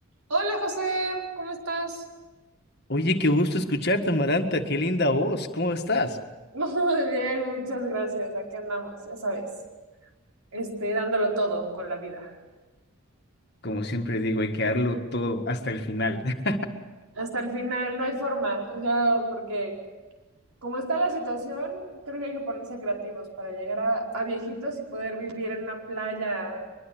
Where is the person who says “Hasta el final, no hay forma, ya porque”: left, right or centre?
Right